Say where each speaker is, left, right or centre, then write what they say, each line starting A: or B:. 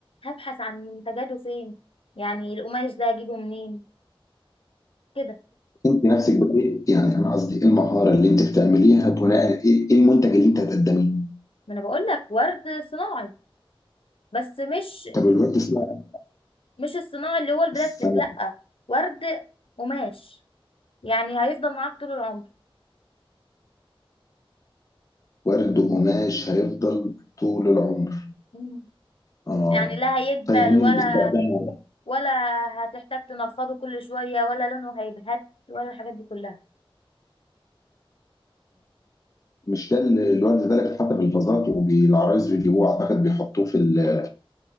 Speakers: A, on the left; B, on the left.
A: هبحث عن منتجاته فين يعني القماش ده اجيبه منين كده
B: انت نفسك بدأت يعني انا قصدي ايه المهاره اللي انت بتعمليها بناء ايه إيه المنتج اللي انت هتقدميه؟
A: ما انا بقول لك ورد صناعي بس مش
B: طب الورد سنة
A: مش الصناعي اللي هو البلاستيك
B: سنة
A: لا ورد قماش يعني هيفضل معاك طول العمر
B: ورد وقماش هيفضل طول العمر
A: مم.
B: اه
A: يعني لا هيدبل
B: طيب مين
A: ولا
B: اللي بيستخدمه؟
A: ولا هتحتاج تنفضه كل شويه ولا لونه هيبهت ولا الحاجات دي كلها
B: مش ده ال- الواد ده اللي حتى بالفازات وبالعرايس بيجيبوه اعتقد بيحطوه في ال